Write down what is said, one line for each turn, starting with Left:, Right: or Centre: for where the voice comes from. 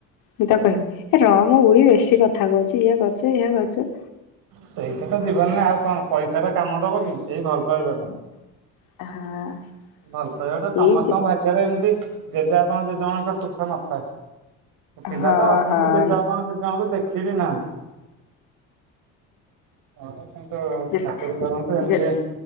Left: ମୁଁ ତାକୁ କହିବି ଏ ରମ ବୁଢ଼ି ବେଶୀ କଥା କହୁଛି ଇଏ କରଚୁ ସେଇୟା କରୁଛୁ
Right: ସେଇଟା ତ ଜୀବନରେ ଆଉ କଣ ପଇସା ଟା କାମ ଦବ କି ଏଇ ଭଲ ପାଇବା
Left: ହଁ।
Right: ଭଲ ପାଇବାଟା ସମସ୍ତଙ୍କ
Left: ଏଇ
Right: ଭାଗ୍ୟରେ ଏମିତି ଜେଜେବାପାଙ୍କ ଜେଜେମାଙ୍କ ସୁଖ ନଥାଏ। ପିଲା
Left: ହଁ
Right: ତ ଅଛନ୍ତି
Left: ହଁ
Right: ଜେଜେବାପାଙ୍କୁ ଜେଜେମାଙ୍କୁ ଦେଖିବି ନାହାନ୍ତି। ହଁ କିନ୍ତୁ
Left: ଯେ
Right: ଚାକରୀ କରନ୍ତୁ ଏମତି
Left: ଯେ